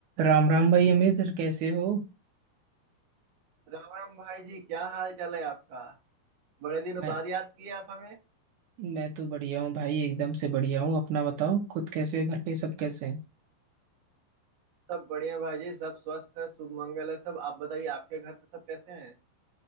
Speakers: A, on the right; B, on the right.
A: राम राम भाई अमित कैसे हो
B: राम भाई जी क्या हाल चाल है आपका बड़े दिनों
A: मैं
B: बाद याद किए आप हमें
A: मैं तो बढ़िया हूँ भाई एकदम से बढ़िया हूँ अपना बताओ खुद कैसे हो घर पे सब कैसे हैं
B: सब बढ़िया भाई जी सब स्वस्थ है शुभ मंगल है सब आप बताइए आपके घर पे सब कैसे हैं